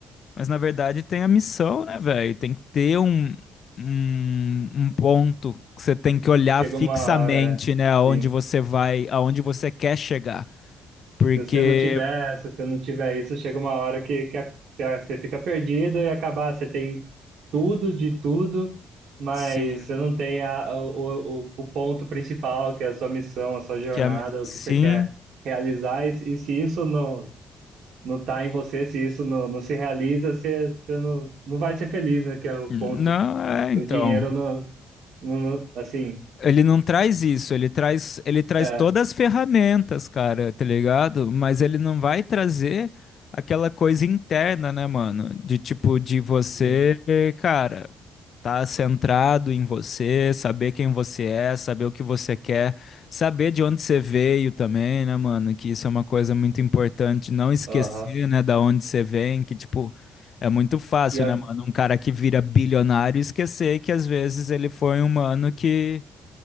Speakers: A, on the left (about 55°); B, on the right (about 70°).
A: Mas, na verdade, tem a missão, né, velho? Tem que ter um, um, um ponto que você tem que olhar
B: Chega
A: fixamente,
B: uma hora,
A: né, aonde
B: sim.
A: você vai, aonde você quer chegar. Porque,
B: Se você não tiver, se você não tiver isso, chega uma hora que, que, a- que a- você fica perdido e acabar, você tem tudo de tudo, mas
A: sim,
B: você não tem a, o, o, o ponto principal, que é a sua missão, a sua jornada,
A: que a, mi- sim.
B: o que você quer realizar, e, se- e se isso não, não tá em você, se isso não, não se realiza, você, você não, não vai ser feliz, né? Que é o
A: Não,
B: ponto.
A: é, então.
B: O dinheiro não, não, não- assim,
A: Ele não traz isso, ele traz, ele traz
B: é,
A: todas as ferramentas, cara, tá ligado? Mas ele não vai trazer aquela coisa interna, né, mano? De tipo, de você,
B: sim,
A: cara. Tá centrado em você, saber quem você é, saber o que você quer, saber de onde você veio também, né, mano? Que isso é uma coisa muito importante, não esquecer,
B: aham.
A: né, da onde você vem, que tipo, é muito fácil,
B: E a,
A: né, mano? Um cara que vira bilionário esquecer que às vezes ele foi um mano que,